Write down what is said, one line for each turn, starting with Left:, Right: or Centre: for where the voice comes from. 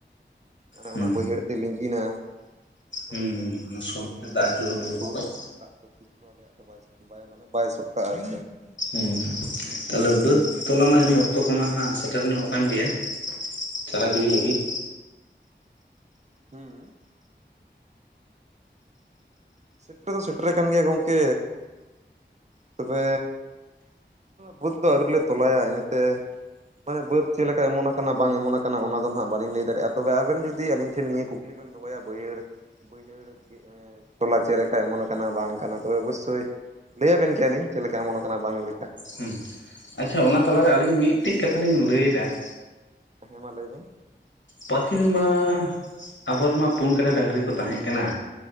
Right: ᱢᱟᱱᱮ
Left: ᱦᱩᱸ
Right: ᱚᱱᱟ ᱵᱟᱹᱭᱦᱟᱹᱲ ᱛᱮ ᱞᱤᱸᱜᱤᱱᱟ ᱾
Left: ᱦᱩᱸ
Right: ᱚᱱᱟᱛᱮ
Left: ᱦᱩᱸ ᱥᱚᱴ
Right: ᱵᱟᱹᱭᱦᱟᱹᱲ
Left: ᱛᱮ ᱫᱟᱜ ᱦᱤᱡᱩᱜᱼᱟ
Right: ᱵᱟᱹᱭᱦᱟᱹᱲ
Left: ᱵᱩᱨᱩ
Right: ᱦᱚᱲ
Left: ᱠᱷᱚᱡ
Right: ᱫᱚ ᱢᱟᱱᱮ ᱫᱟᱜ ᱫᱚ ᱟᱞᱮᱭᱟᱜ ᱢᱟᱱ ᱵᱟᱭ ᱥᱟᱯᱠᱟᱜᱼᱟ ᱟᱨ ᱪᱮᱛ ᱾
Left: ᱦᱮᱸ ᱦᱮᱸ ᱛᱟᱦᱞᱮ ᱵᱟᱹᱫᱽ ᱛᱚᱞᱟ ᱢᱟ ᱡᱟᱹᱱᱤᱡ ᱚᱠᱛᱚ ᱠᱚᱢᱟ ᱦᱟᱸᱜ ᱥᱮᱴᱮᱨ ᱧᱚᱜ ᱟᱠᱟᱱ ᱜᱮᱭᱟ? ᱪᱟᱨᱟ ᱜᱤᱰᱤ ᱞᱟᱹᱜᱤᱫ ᱾
Right: ᱦᱮᱸ ᱾ ᱥᱮᱴᱮᱨ ᱫᱚ ᱥᱮᱴᱨᱟ ᱟᱱᱟᱱ ᱜᱮᱭᱟ ᱜᱚᱢᱠᱮ ᱛᱚᱵᱮ ᱵᱟᱫᱽ ᱫᱚ ᱟᱹᱣᱨᱤ ᱞᱮ ᱛᱚᱞᱟᱭᱟ ᱤᱱᱟᱹᱛᱮ ᱢᱟᱱᱮ ᱵᱟᱹᱫᱽ ᱪᱮᱫ ᱞᱮᱠᱟ ᱮᱢᱚᱱ ᱟᱠᱟᱱᱟ ᱵᱟᱝ ᱮᱢᱚᱱ ᱟᱠᱟᱱᱟ ᱚᱱᱟ ᱫᱚ ᱱᱟᱦᱟᱸᱜ ᱵᱟᱹᱞᱤᱧ ᱞᱟᱹᱭ ᱫᱟᱲᱮᱭᱟᱜᱼᱟ ᱛᱚᱵᱮ ᱟᱵᱮᱱ ᱡᱩᱫᱤ ᱟᱹᱞᱤ ᱴᱷᱮᱱ ᱱᱤᱭᱟᱹ ᱠᱩᱠᱞᱤ ᱫᱚᱦᱚᱭᱟ ᱵᱟᱹᱭᱦᱟᱹᱲ ᱵᱟᱹᱭᱦᱟᱹᱲ ᱜᱮ ᱻ ᱴᱚᱞᱟ ᱪᱮᱫ ᱞᱮᱠᱟᱭ ᱮᱢᱚᱱᱮ ᱠᱟᱱᱟ ᱵᱟᱝ ᱠᱟᱱᱟ ᱛᱚᱵᱮ ᱚᱵᱚᱥᱥᱳᱭ ᱞᱟᱹᱭ ᱟᱵᱮᱱ ᱠᱮᱭᱟᱞᱤᱧ ᱪᱮᱫ ᱞᱮᱠᱟᱭ ᱮᱢᱚᱱᱚᱜ ᱠᱟᱱᱟ ᱵᱟᱝ ᱞᱮᱠᱟ ᱾
Left: ᱦᱮᱸ ᱟᱪᱷᱟ ᱚᱱᱟ ᱛᱟᱞᱟᱨᱮ ᱟᱹᱞᱤᱧ ᱢᱤᱫᱴᱮᱡ ᱠᱟᱛᱷᱟ ᱞᱤᱧ ᱞᱟᱹᱭ ᱮᱫᱟ ᱾
Right: ᱦᱮᱸ ᱢᱟ ᱞᱟᱹᱭᱵᱤᱱ?
Left: ᱯᱟᱹᱦᱤᱞ ᱢᱟ᱾ ᱟᱵᱚ ᱨᱮᱢᱟ ᱯᱩᱱ ᱠᱟᱰᱟ ᱰᱟᱜᱽᱨᱤ ᱠᱚ ᱛᱟᱦᱮᱸ ᱠᱟᱱᱟ᱾